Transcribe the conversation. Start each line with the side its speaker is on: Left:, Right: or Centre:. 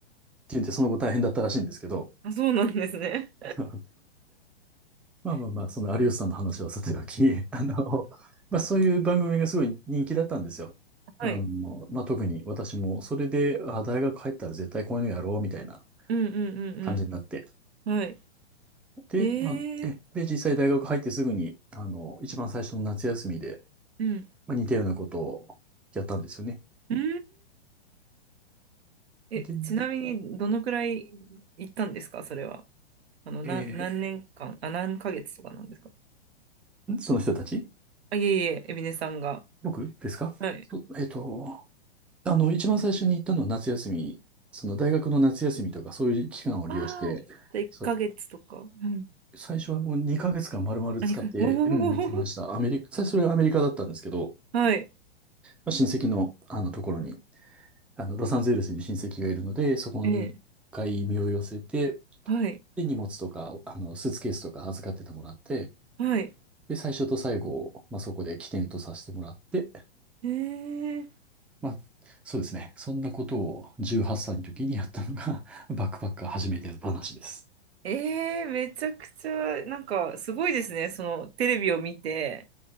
Centre: 言ってその後大変だったらしいんですけど、
Right: あ、そうなんですね。
Centre: <laughs> まあまあまあ、
Right: <laughs> うん
Centre: その有吉さんの話はさておき、あの、まあそういう番組がすごい人気だったんですよ。
Right: はい。
Centre: あの、まあ特に私も、それで、あ、大学入ったら絶対こういうのやろう、みたいな
Right: うんうんう
Centre: 感じになって。
Right: んうん。はい。
Centre: で、
Right: ええ
Centre: まあ、え、で、実際大学入ってすぐに、あの、一番最初の夏休みで、
Right: うん。
Centre: まあ似たようなことをやったんですよね。
Right: うーん。え、
Centre: で、
Right: ちなみに、どのくらい行ったんですか、それは。あの、
Centre: え
Right: なん、何年間、あ、何ヶ月とかなんですか。
Centre: ーその人たち
Right: あ、いえいえ、エビネさんが。
Centre: 僕ですかそえっと、
Right: はい。
Centre: あの、一番最初に行ったのは夏休み、その大学の夏休みとかそういう期間を利用して、
Right: ああ、じゃあ1ヶ月とか。
Centre: そ、
Right: うん。
Centre: 最初はもう2ヶ月間丸々使って、
Right: あ、にかげつお
Centre: うん、行きました。アメリカ、最初はアメリカだったんですけど、
Right: お、<laughs> はい。
Centre: まあ親戚の、あのところに、あの、ロサンゼルスに親戚がいるので、そこに一回身を寄せて、
Right: ええ、はい、
Centre: で、荷物とか、あの、スーツケースとか預かっててもらって、
Right: はい。
Centre: で、最初と最後を、まあ、そこで起点とさせてもらって、
Right: ええ、
Centre: まあ、そうですね。そんなことを18歳の時にやったのが、<laughs> バックパッカー初めての話です。
Right: ええ、めちゃくちゃ、なんか、すごいですね。その、テレビを見て、